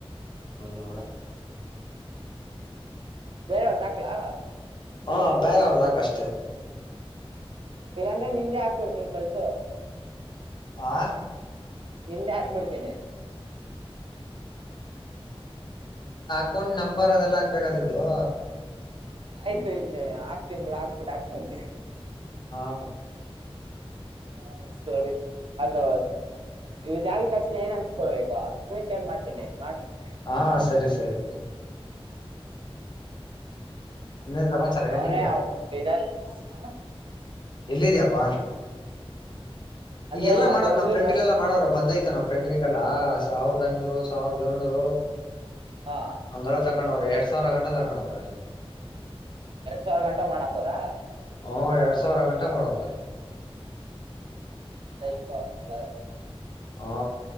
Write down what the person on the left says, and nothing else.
ನೋಡ
ಹಾ ಬೇರೆ ಅವ್ರ್ದಅಕು ಅಷ್ಟೆ
ಆ
ಅಕೌಂ ನಂಬರ್ ಅದೆಲ್ಲ ಆಗ್ಬೇಕಾದ <unintelligible>
ಹಾ
ಹಾ ಸರಿ ಸರಿ ಇನ್ನೇನ್ ಸಮಾಚಾರ
ಎಲ್ಲಿದ್ಯಾ
ಎಲ್ಲಿದ್ಯಾಪ್ಪ
ಎಲ್ಲಾ ಮಾಡವ
ನಮ್ ಫ್ರೆಂಡ್
ಇಲ್ಲಲ್ಲಾ ಮಾಡವ್ರ ಬಂದಐತ ನಮ್ ಫೆಂಡ್ರಗಲ್ಲಾ ಸಾವಿರದ ಐನೂರು ಸಾವಿರದ ಏಳ್ನೂರು
ಅಂಗಗಳ ತಕೊಂಡವ್ರ ಎರಡ್ ಸಾವಿರ ಗಂಟೆ ತಗೊಂಡವ್ರ
ಹ್ಮ ಎರಡ್ ಸಾವಿರ ಗಂಟಾ ಮಾಡೋರೆ
ಹಾ